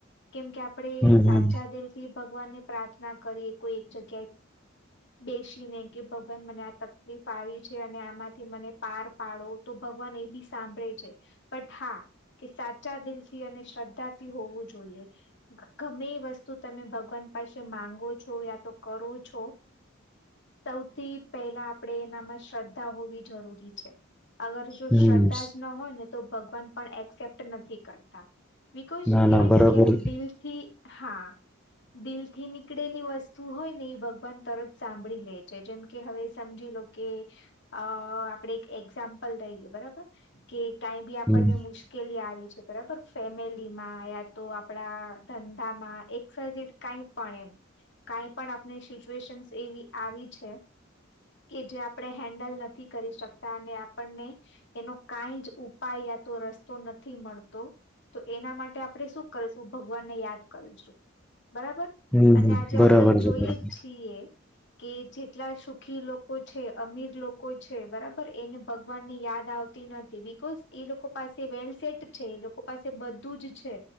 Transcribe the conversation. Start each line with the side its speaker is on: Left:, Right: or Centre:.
Left: કેમ કે આપડે
Centre: હમ
Left: એ
Centre: હમ
Left: સાચા દિલથી ભગવાન ને પ્રાર્થના કરીએ કોઈ એક જગ્યાએ બેસીને કે ભગવાન મને આ તકલીફ આવી છે, અને આમાંથી મને પાર પાડો, તો ભગવાન એ બી સાંભળે છે. બટ હા કે સાચા દિલથી અને શ્રદ્ધાથી હોવું જોઈએ. અહ ગમે એ વસ્તુ તમે ભગવાન પાસે માંગો છો યા તો કરો છો સૌથી પહેલા આપણેે એનામાં શ્રદ્ધા હોવી જરૂરી છે. અગર જો
Centre: હમ
Left: શ્રદ્ધા જ ન હોય ને તો ભગવાન પણ એક્સેપ્ટ નથી કરતા. બિકોઝ
Centre: ના
Left: કેવાય
Centre: ના બરાબર
Left: ને કે એમ દિલ થી હા દિલ થી નીકળેલી વસ્તુ હોય ને એ ભગવાન તરત સાંભળી લે છે, જેમ કે હવે સમજી લો કે અહ આપણેે એક એક્ઝામ્પલ લઈએ બરબર કે કાઈ બી આપણને
Centre: હમ
Left: મુશ્કેલી આવી છે બરાબર ફેમિલીમાં યા તો આપડા ધંધામાં એક્સ વાય ઝેડ કાઈ પણ એમ, કાઈ પણ આપણે શિશ વેશન્સ એવી આવી છે કે જે આપણે હેન્ડલ નથી કરી શકતા અને આપણને એનો કાઈ જ ઉપાય યા તો રસ્તો નથી મળતો, તો એના માટે આપણે શું કરશું? ભગવાનને યાદ કરીશું. બરાબર
Centre: હમ
Left: અને
Centre: હમ
Left: આજે
Centre: બરાબર
Left: આપડે જોઈએ.
Centre: છે બરાબર
Left: કે જેટલા સુખી લોકો છે, અમીર લોકો છે, બરાબર એને ભગવાન ની યાદ આવતી નથી, બિકોઝ એ લોકો પાસે વેલ સેટ છે એ લોકો પાસે બધું જ છે.